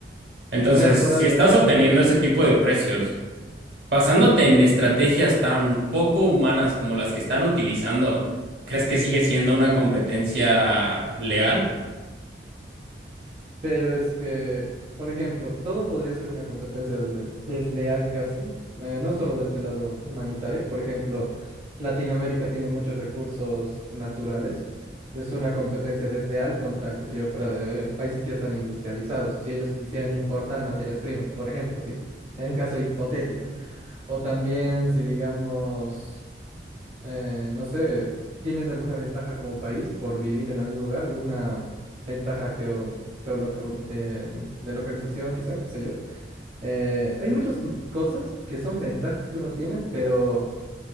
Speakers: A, on the right; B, on the right.
A: Entonces,
B: <laughs> bueno, por
A: si
B: algo
A: estás
B: está.
A: obteniendo ese tipo de precios, Basándote en estrategias tan poco humanas como las que están utilizando, ¿crees que sigue siendo una competencia leal?
B: Pero es que, por ejemplo, todo podría ser una competencia dele- desleal casi, eh, no solo desde el lado humanitario. Por ejemplo, Latinoamérica tiene muchos recursos naturales. Es una competencia desleal contra, qué sé yo, pra- eh, países que ya están industrializados. Si ellos quisieran importar materias primas, por ejemplo, sí, en un caso hipotético. O también si digamos... Eh, no sé, ¿tienes alguna ventaja como país por vivir en algún lugar? ¿Alguna ventaja geo, geoloca- de, de localización, quizá, qué sé yo? Eh, hay muchas m- cosas que son ventajas que uno tiene, pero